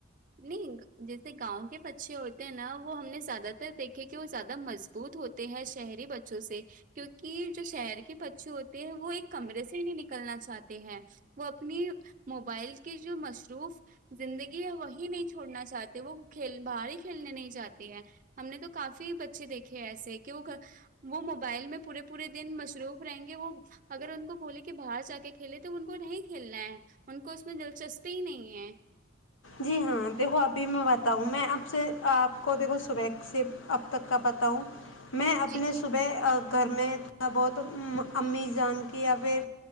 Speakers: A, on the right; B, on the left.
A: نہیں جیسے گاؤں کے بچے ہوتے ہیں نا وہ ہم نے زیادہ تر دیکیں کہ وہ زیادہ مضبوط ہوتے کیوں کی جو شہری بچوں سے کیونکہ جو شہر کے بچے ہو وہ ایک کمرے سے نہیں نکلنا چاہتے ہیں وہ اپنی موبائل کہ جو مصروف زندگی وہی نہیں چھوڑنا چاہتی وہ کھیل باہر ہی کھیلنے نہیں جاتے ہے ہم نے تو کافی بچے دیکھے ہیں ایسے کہ وہ گ وہ موبائل میں پورے پورے دن مصروف رہیں گے وہ اگر ان کو بولے کہ باہر جا کے کھیلے تو ان کو نہیں کھیلنا ہے ان کو اس میں دلچسپی ہی نہیں ہے
B: جی ہاں دیکھو ابھی میں بتاؤں میں آپ سے آپ کو دیکھو صبیح سے اب تک کا بتاؤ میں اپنے
A: جی
B: صبح ا گھر میں تھوڑا بہت امی جان کی یا پھر